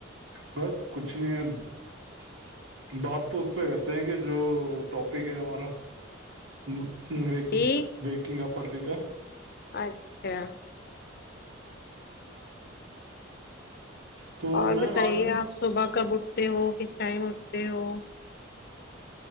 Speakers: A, on the right; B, on the left.
A: بس کچھ نہیں ہے بات تو اس پہ کرتے ہیں کہ جو ٹاپک ہے ہمارا و
B: جی
A: ویکنگ پڑلی کاا
B: اچھا
A: تو
B: اور
A: میم
B: بتائیے
A: آج
B: آپ صبح کب اٹھتے ہو کس ٹائم اٹتے ہو